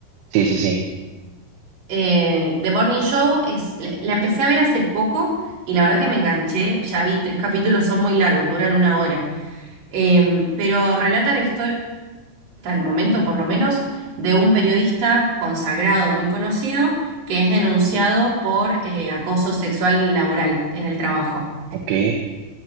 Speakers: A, on the right; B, on the right.
A: Sí, sí, sí.
B: Eh, The Morning Show es, la, la empecé a ver hace poco y la verdad que me enganché. Ya vi tres capítulos, son muy largos, duran una hora. Eh, pero relata la historia, hasta el momento por lo menos, de un periodista consagrado, muy conocido, que es denunciado por eh, acoso sexual laboral en el trabajo.
A: Ok,